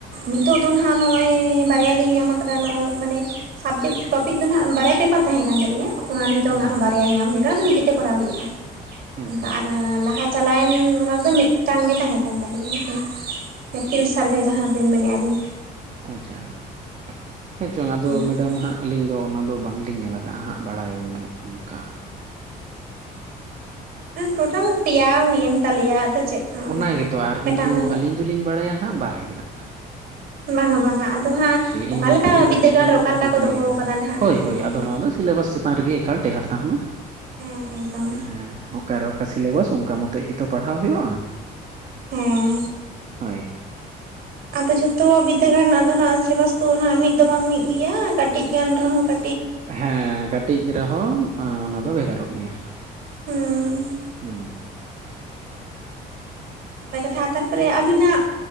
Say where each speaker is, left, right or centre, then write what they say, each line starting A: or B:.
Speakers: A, on the right; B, on the right.
A: ᱱᱤᱛᱚᱜ ᱫᱚ ᱱᱟᱦᱟᱜ ᱱᱚᱜᱼᱚᱭ ᱵᱟᱨᱭᱟ ᱞᱤᱧ ᱧᱟᱢ ᱟᱠᱟᱫᱟ᱾ ᱱᱚᱜᱼᱚᱭ ᱢᱟᱱᱮ ᱥᱟᱵᱽᱡᱮᱠᱴ ᱴᱚᱯᱤᱠ ᱫᱚ ᱱᱟᱦᱟᱜ ᱵᱟᱨᱭᱟ ᱯᱮ ᱯᱟᱨ ᱛᱟᱦᱮᱸ ᱠᱟᱱ ᱛᱟᱹᱞᱤᱧᱟᱹ᱾ ᱚᱱᱟ ᱱᱤᱛᱚᱝ
B: ᱟᱪᱪᱷᱟ
A: ᱟᱨᱦᱚᱸ ᱵᱟᱨᱭᱟ ᱧᱟᱢ ᱦᱩᱭ ᱠᱟᱱᱟ, ᱟᱫᱚ ᱱᱤᱡᱮᱛᱮ ᱠᱚᱨᱟᱣ ᱦᱩᱭᱩᱜᱼᱟ᱾
B: ᱦᱮᱸ
A: ᱚᱱᱠᱟ
B: ᱪᱚᱝ
A: ᱟᱨ ᱞᱟᱦᱟ ᱪᱟᱞᱟᱣᱮᱱ ᱚᱱᱟ ᱨᱮᱫᱚ ᱢᱤᱫᱴᱟᱝ ᱜᱮ ᱛᱟᱦᱮᱸ ᱠᱟᱱ ᱛᱟᱞᱤᱧᱟ ᱟᱹᱯᱤᱞ ᱥᱟᱨᱵᱷᱮ ᱡᱟᱦᱟᱸ ᱵᱤᱱ ᱢᱮᱱᱮᱫᱼᱟ ᱟᱹᱵᱤᱱ ᱾
B: ᱟᱪᱪᱷᱟ ᱾ ᱦᱮᱸ ᱪᱚᱝ ᱟᱫᱚ
A: ᱚᱱᱮ
B: ᱢᱮᱰᱟᱢ
A: ᱚᱱᱠᱟ
B: ᱦᱟᱸᱜ ᱟᱹᱞᱤᱧ ᱫᱚ ᱚᱱᱟ ᱫᱚ ᱵᱟᱝᱞᱤᱧ ᱧᱮᱞ ᱟᱠᱟᱜᱼᱟ ᱦᱟᱸᱜ, ᱵᱟᱲᱟᱭ ᱵᱟᱹᱱᱩᱜ ᱚᱱᱠᱟ᱾
A: ᱴᱳᱴᱟᱞ ᱯᱮᱭᱟ ᱦᱩᱭᱮᱱ ᱛᱟᱞᱮᱭᱟ ᱟᱫᱚ ᱪᱮᱫ? ᱱᱚᱜᱼᱚ
B: ᱚᱱᱟ
A: ᱱᱚᱝᱠᱟ
B: ᱜᱮᱛᱚ ᱟᱨ
A: ᱢᱤᱫᱴᱟᱝ
B: ᱠᱤᱱᱛᱩ,
A: ᱫᱚ ᱱᱟᱜ
B: ᱟᱹᱞᱤᱧ ᱫᱚᱞᱤᱧ ᱵᱟᱲᱟᱭᱟ ᱦᱟᱸᱜ ᱵᱟᱨᱭᱟ ᱾
A: ᱵᱟᱝᱼᱟ ᱵᱟᱝᱼᱟ᱾ ᱟᱫᱚ ᱦᱟᱸᱜ ᱚᱠᱟᱞᱮᱠᱟ
B: ᱤᱱ ᱨᱮᱜᱮ
A: ᱵᱤᱫᱽᱫᱟᱹᱜᱟᱲ
B: ᱠᱟᱹᱴᱤᱡ ᱞᱤᱧ
A: ᱨᱮ ᱚᱠᱟ ᱞᱮᱠᱟ
B: ᱠᱩᱠᱞᱤᱭᱮᱫᱟ
A: ᱠᱚ ᱫᱚᱦᱚ ᱟᱠᱟᱫᱟ ᱱᱟᱦᱟᱜ
B: ᱦᱳᱭ
A: ᱦᱮᱸ
B: ᱦᱳᱭ ᱟᱫᱚ
A: ᱦᱮᱸ᱾
B: ᱱᱚᱣᱟ ᱫᱚ ᱥᱤᱞᱮᱵᱟᱥ ᱪᱮᱛᱟᱱ ᱨᱮᱜᱮ ᱮᱠᱟ ᱴᱮᱦᱟᱴ ᱛᱟᱦᱮᱱᱟ ᱾
A: ᱦᱮᱸ ᱮᱠᱫᱚᱢ
B: ᱦᱮᱸ ᱚᱠᱟᱨᱮ ᱚᱠᱟ ᱥᱤᱞᱮᱵᱟᱥ, ᱚᱱᱠᱟ ᱢᱚᱛᱚᱡ ᱜᱮᱛᱚ ᱯᱟᱲᱦᱟᱣ ᱦᱩᱭᱩᱜᱼᱟ ᱾
A: ᱦᱮᱸ
B: ᱦᱳᱭ
A: ᱟᱫᱚ ᱡᱷᱚᱛᱚᱣᱟᱜ ᱵᱤᱫᱽᱫᱟᱹᱜᱟᱲ ᱨᱮᱱᱟᱜ ᱫᱚ, ᱱᱟᱦᱟᱜ ᱥᱤᱞᱮᱵᱟᱥ ᱠᱚᱼᱫᱚ ᱱᱟᱜ, ᱢᱤᱫ ᱫᱚ ᱵᱟᱝ ᱢᱤᱫ ᱜᱮᱭᱟ᱾ ᱠᱟᱹᱴᱤᱡ ᱜᱟᱱ ᱨᱮᱦᱚᱸ ᱠᱟ
B: ᱦᱮᱸ ᱠᱟᱹᱴᱤᱡ ᱨᱮ ᱦᱚᱸ ᱚᱱᱟ ᱫᱚ ᱵᱷᱮᱜᱟᱨᱚᱜ ᱜᱮᱭᱟ ᱾
A: ᱦᱮᱸ
B: ᱦᱩᱸ
A: ᱱᱟᱯᱟᱭ ᱠᱟᱛᱷᱟ, ᱛᱟᱨᱯᱚᱨᱮ ᱟᱵᱤᱱᱟᱜ